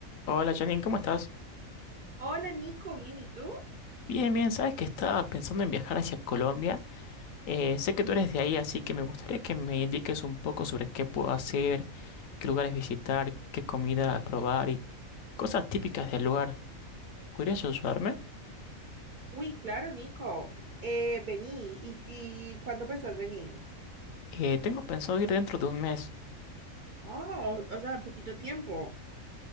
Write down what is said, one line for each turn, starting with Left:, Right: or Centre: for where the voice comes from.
Left: Hola Janine, ¿cómo estás?
Right: Hola Nico, bien, ¿y tú?
Left: Bien, bien, sabes que estaba pensando en viajar hacia Colombia. Eh, sé que
Right: Mm.
Left: tú eres de ahí, así que me gustaría que me indiques un poco sobre qué puedo hacer, qué lugares visitar, qué comida probar y cosas típicas del lugar. ¿Podrías ayudarme?
Right: Uy, claro, Nico. Eh, vení, ¿y, y cuándo pensás venir?
Left: Eh, tengo pensado ir dentro de un mes,
Right: Oh, o sea, en poquito tiempo.